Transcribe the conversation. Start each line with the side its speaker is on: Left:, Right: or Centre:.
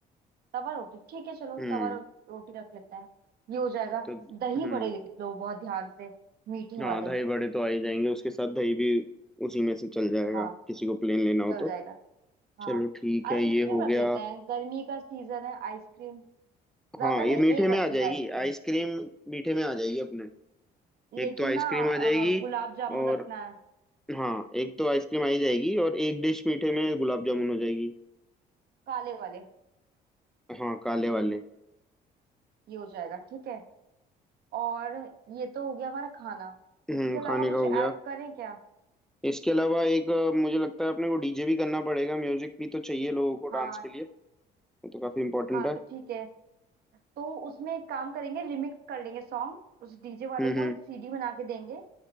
Right: तवा रोटी ठीक है चलो
Centre: हम्म
Right: तवा रो, रोटी रख लेते हैं ये हो जाएगा
Centre: तो हम्म
Right: दही बड़े लिख लो बहुत ध्यान से मीठे
Centre: हाँ
Right: वाले
Centre: दही बड़े तो आ ही जाएंगे उसके साथ दही भी उसी में से चल जाएगा
Right: हाँ
Centre: किसी को प्लेन लेना हो
Right: चल
Centre: तो
Right: जाएगा हाँ
Centre: चलो ठीक
Right: आइसक्रीम
Centre: है ये हो
Right: रख
Centre: गया
Right: लेते हैं गर्मी का सीजन है आइसक्रीम ज्यादा
Centre: हाँ
Right: नहीं
Centre: ये मीठे
Right: एक
Centre: में
Right: रखेंगे
Centre: आ जाएगी
Right: आइसक्रीम
Centre: आइसक्रीम मीठे में आ जाएगी अपने
Right: लेकिन
Centre: एक तो आइसक्रीम
Right: ना अ,
Centre: आ जाएगी
Right: गुलाब जामुन
Centre: और
Right: रखना है
Centre: हाँ एक तो आइसक्रीम आ ही जाएगी और एक डिश मीठे में गुलाब जामुन हो जाएगी
Right: काले वाले
Centre: हाँ काले वाले
Right: ये हो जाएगा ठीक है और ये तो हो गया हमारा खाना
Centre: हम्म
Right: इसके अलावा
Centre: खाने
Right: कुछ
Centre: का हो
Right: ऐड
Centre: गया
Right: करें क्या
Centre: इसके अलावा एक अ, मुझे लगता है अपने को डीजे भी करना पड़ेगा म्यूजिक भी तो चाहिए लोगों को
Right: हाँ
Centre: डांस के लिए वो तो काफी इम्पोर्टेंट
Right: हाँ
Centre: है
Right: तो ठीक है तो उसमें एक काम करेंगे रिमिक्स कर लेंगे सॉन्ग उस डीजे वाले
Centre: हम्म
Right: को
Centre: हम्म
Right: एक सीडी बना के देंगे